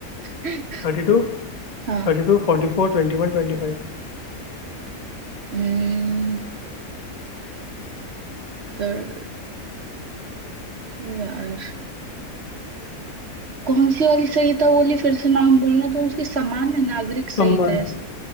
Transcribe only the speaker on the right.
<laughs>
हाँ
हम्म, तर यार कौन सी वाली संहिता बोली फिर से नाम बोलना तो उसकी सामान्य नागरिक
संहिता है सर